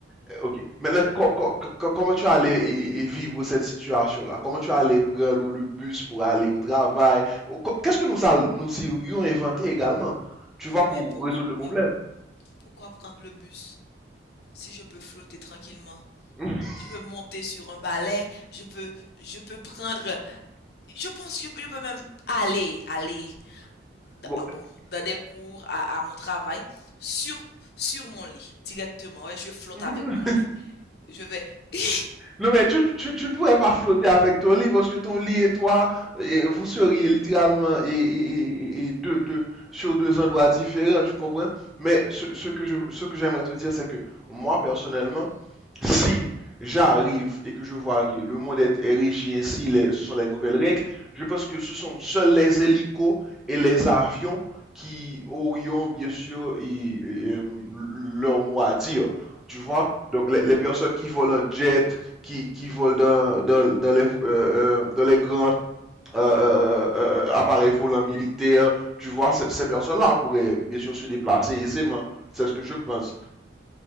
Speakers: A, in the centre; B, on the left.
A: Euh, Ok. Maintenant, co- co- co- comment tu allais et- et- et vivre cette situation-là? Comment tu allais prendre le bus pour aller au travail? Qu'est-ce que nous, all- nous y aurions inventé également? Tu vois, pour
B: Mais pourquoi,
A: résoudre le problème.
B: mais pourquoi prendre le bus? si je peux flotter tranquillement,
A: <laughs>
B: je peux monter sur un balai, je peux, je peux prendre, je pense que je peux je peux même aller, aller,
A: Bon.
B: ah bon, dans des cours, à, à mon travail, sur, sur mon lit, directement. Ouais, je flotte
A: <laughs>
B: avec mon lit. Je vais. <laughs> oui,
A: Non, mais tu, tu- tu ne pourrais pas flotter avec ton lit parce que ton lit et toi, et vous seriez littéralement et, et- et- et deux, deux- sur deux endroits différents, tu comprends? Mais ce, ce que je, ce que j'aimerais te dire, c'est que moi, personnellement, Si j'arrive et que je vois que le monde est érigé ainsi, les- ce sont les nouvelles règles, je pense que ce sont seuls les hélicos et les avions qui aurions bien sûr et- et, euh, leur mot à dire. Tu vois? Donc les, les personnes qui volent en jet, qui, qui volent dans, dans- dans les, euh, euh, dans les grands euh, euh, euh, euh, appareils volants militaires, tu vois, ces, ces personnes-là pourraient bien sûr se déplacer aisément. C'est ce que je pense.